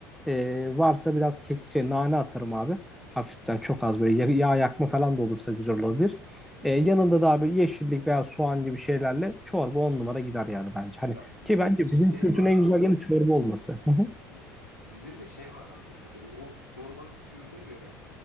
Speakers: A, in the centre; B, on the left.
A: e, varsa biraz kek, şey, nane atarım abi. Hafiften çok az böyle yağ, yakma falan da olursa güzel olabilir.
B: hı
A: E,
B: hı.
A: yanında da abi yeşillik veya soğan gibi şeylerle çorba on numara gider yani bence. Hani
B: Ya bizde
A: ki bence
B: bir de şey
A: bizim kültürün
B: var
A: en
B: abi.
A: güzel yanı çorba olması. Hı hı.
B: Hı. Bizde bir de şey var abi mesela böyle o çorbanın türüne göre